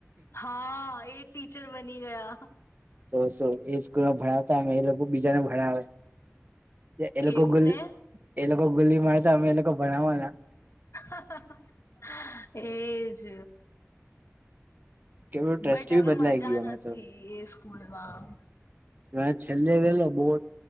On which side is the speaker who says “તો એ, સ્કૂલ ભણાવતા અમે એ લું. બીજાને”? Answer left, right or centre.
Right